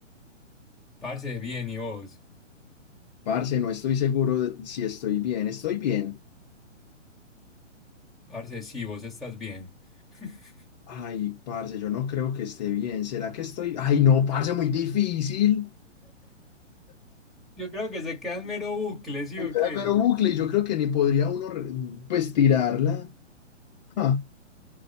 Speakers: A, in the centre; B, on the left (about 35°).
A: parce, bien, ¿y vos?
B: Parce, no estoy seguro de si estoy bien. Estoy bien.
A: Parce, sí, vos estás bien. <laughs>
B: Ay, parce, yo no creo que esté bien. ¿Será que estoy? Ay, no, parce, muy difícil.
A: Yo creo que se quedan mero bucle, ¿sí
B: Me
A: o
B: queda
A: qué?
B: mero bucle y yo creo que ni podría uno, re- pues, tirarla. Ah,